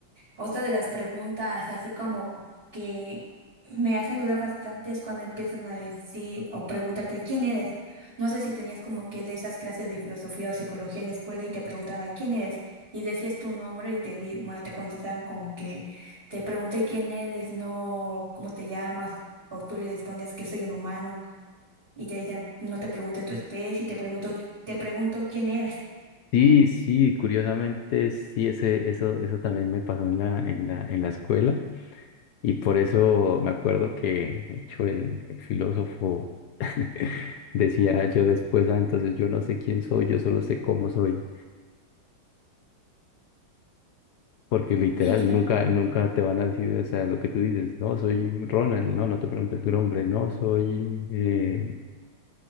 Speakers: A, on the right (about 25°); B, on the left (about 75°).
A: Otra de las preguntas, así como que me hacen dudar bastante, es cuando empiezan a decir o pregúntate quién eres. No sé si tenías como que de esas clases de filosofía o psicología en la escuela y te preguntaba quién eres y decías tu nombre y te di, bueno, te contestaban con que te pregunté quién eres, no cómo te llamas o tú le respondías que soy un humano y te decían no te pregunté tu especie, te pregunto te pregunto quién eres.
B: Sí, sí, curiosamente sí, ese, eso, eso también me pasó en la, en la, en la escuela y por eso me acuerdo que, de hecho, el, el filósofo <laughs> decía yo después, ah, entonces yo no sé quién soy, yo solo sé cómo soy. Porque literal,
A: Sí, claro.
B: nunca, nunca te van a decir, o sea, lo que tú dices, no, soy Ronald, no, no te preguntes tu nombre, no, soy eh,